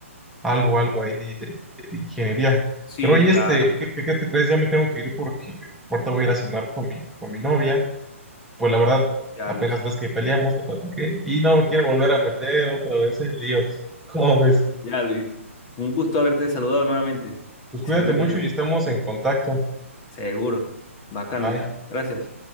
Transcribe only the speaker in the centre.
algo, algo ahí de, de- de- de ingeniería.
Pero oye,
este, ¿qué, qué- qué te crees? Ya me tengo que ir porque ahorita voy a ir a cenar con mi, con mi novia. pues la verdad,
apenas
ves que peleamos, te platiqué, y no me quiero volver a meter otra vez en líos. <laughs> ¿Cómo ves?
Pues
cuídate
mucho
y estamos en contacto.
Bye.